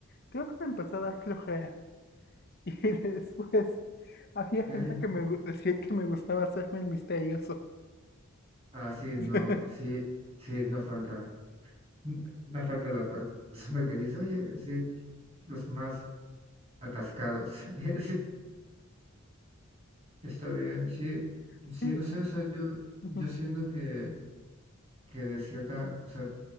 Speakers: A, on the left; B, on the right.
A: Creo que me empezó a dar flojera. <laughs> Y después había
B: ¿Qué?
A: gente que me gu- decía que me gustaba hacerme el misterioso.
B: Ah, sí, no,
A: <laughs>
B: sí, sí, no falta, n- no falta la per- persona que dice, oye, sí, los más atascados. <laughs> Sí, está bien, sí,
A: Sí,
B: sí, no sé, o sea, yo,
A: ujú,
B: yo siento que, que de cierta, o sea,